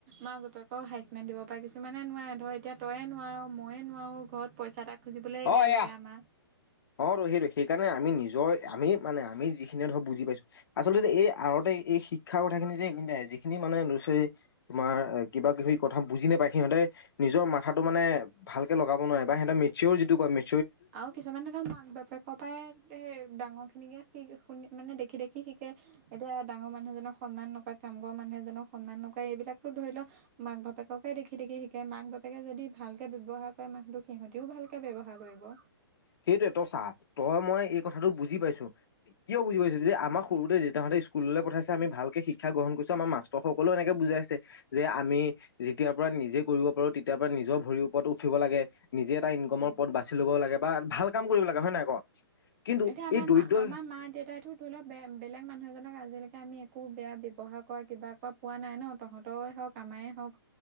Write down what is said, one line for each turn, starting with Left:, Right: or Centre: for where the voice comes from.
Right: মা তেক হাইচমেণ্ দিব পাৰে কিছুমানে নোৱাৰে ধৰ এতিয়া তইয়ে নোৱাৰ ময়ে নোৱাৰোঁ ঘৰত পইচা এটা খুজিবলে
Left: অ
Right: বেয়া
Left: এয়া
Right: লাগে আমাৰ।
Left: অ, টো সেইটো সেইকাৰণে আমি নিজৰ আমি মানে আমি যিখিনিয়ে ধৰক বুজি পাইছো আচলতে এই আৰতে এই শিক্ষাৰ কথাখিনি যে এ যিখিনি মানে ল'ৰা ছোৱাল তোমাৰ কিবা সি কথা বুজি নাপায় সিহঁতে। নিজৰ মাথাটো মানে ভকে লগাব নোৱাৰে, বা সিহঁত মেচিয়ৰ যিটো কয় মে
Right: আৰু কিছুমানে ধৰ‌ মাক-বাপ কে, পৰাাই ডাঙৰ খিনিকে শ, শুনি মানে দেখি দেখি শিকে এতিয়া ডাঙৰ মানুহ জনৰ। সন্মান নকয় কামঘৰ মানুহ এজনক সন্মান নকায়, এইবিলাকতো ধৰি লওক মাক বাপেককে দেখি দেখি শিকে মাক। বাপেকে যদি ভালকৈ ব্যৱহাৰ কৰে মাহছটো সিহঁতেও ভালকৈ ব্যৱহাৰ কৰিব।
Left: সেইটোৱে তই চাহ তই মই এইটো কথাটো বুজি পাইছো। কিয় বুজি পাইছে যে আমাৰ সৰুতে দেউাহঁতে। স্কুললৈ পঠাইছে আমি ভালকে শিক্ষা গ্ৰহণ কৰিছো আমাৰ মাষ্টৰ সকলেও এনেকে বুজাইছে, যে আমি যেতিয়াৰ পৰা। নিজে কৰিব পাৰো তেতিয়াৰ পৰা নিজৰ ভৰিৰ ওপৰত উঠিব লাগে। নিজে এটা ইনকমৰ
Right: উম
Left: পথ বাছি ল'ব লাগে বা ভাল কাম কৰিব লাগে হয় নে নাই ক। কিন্তু
Right: এতিয়া আমাৰ
Left: এই দৰিদ্ৰ
Right: মা আমাৰ মা দেউতাইো ধৰি লওক ব বেলেগ মানুহ এজনক আজিলৈকে। আমি একো বেয়া ব্যৱহাৰ কৰা কিবা ক পোৱা নাই ন তহঁত হওঁক আমাৰ হওঁক।